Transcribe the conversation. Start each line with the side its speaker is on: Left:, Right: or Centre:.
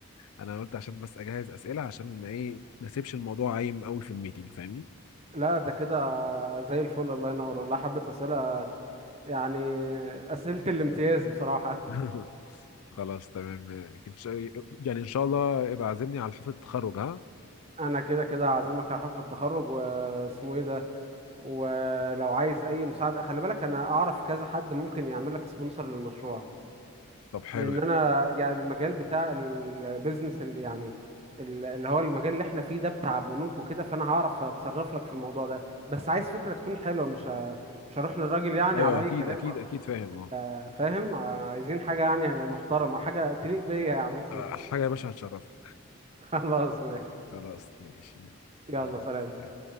Left: انا قلت عشان بس اجهز اسئله عشان ما ايه ما اسيبش الموضوع عايم قوي في الميتنج فاهمني
Right: لا ده كده زي الفل الله ينور والله حبه اسئله يعني اسئله الامتياز بصراحه
Left: <laughs> خلاص تمام إن شاء- يعني ان شاء الله ابقى عازمني على حفله التخرج ها
Right: انا كده كده هعزمك على حفله التخرج واسمه ايه ده ولو عايز اي مساعده خلي بالك انا اعرف كذا حد ممكن يعمل لك سبونسر للمشروع
Left: طب حلو
Right: لان
Left: يعني.
Right: انا يعني المجال بتاع البيزنس ال- يعني ال- اللي هو المجال اللي احنا فيه ده بتاع بنوك وكده فانا هعرف اتصرف لك في الموضوع ده بس عايز فكرة تكون حلوة مش ه- مش هروح للراجل يعني
Left: ايوه
Right: على اي
Left: اكيد
Right: كلام
Left: اكيد اكيد فاهم اه
Right: آه، فاهم آه، عايزين حاجة يعني محترمة حاجة تليق بيا يا عم حسين
Left: آه، حاجه يا باشا هتشرفك
Right: <laughs> خلاص ماشي
Left: خلاص ماشي يلا
Right: يلا سلام
Left: يلا.